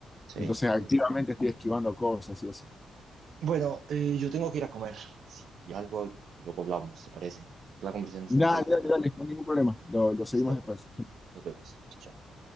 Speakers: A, on the right; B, on the left.
A: sí,
B: Entonces, activamente
A: sí, sí. sí.
B: estoy esquivando cosas y eso.
A: Bueno, eh, yo tengo que ir a comer. Sí, Y algo luego hablamos, ¿te parece? La conversación está
B: Nada,
A: interesante.
B: dale, dale, no hay ningún problema. Lo, lo seguimos
A: Listo,
B: después.
A: nos vemos. Chao.